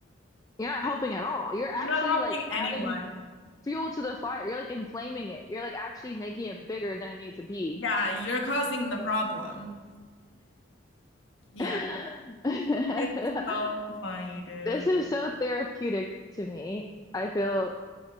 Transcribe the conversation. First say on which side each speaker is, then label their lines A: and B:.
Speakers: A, on the left; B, on the left.
A: you're not helping at all. You're actually
B: you're not helping
A: like
B: anyone.
A: adding fuel to the fire. You're like inflaming it. You're like actually making it bigger than it needs to be.
B: Yeah, you're causing the problem. Yeah.
A: <laughs>
B: It's so funny, dude.
A: This is so therapeutic to me. I feel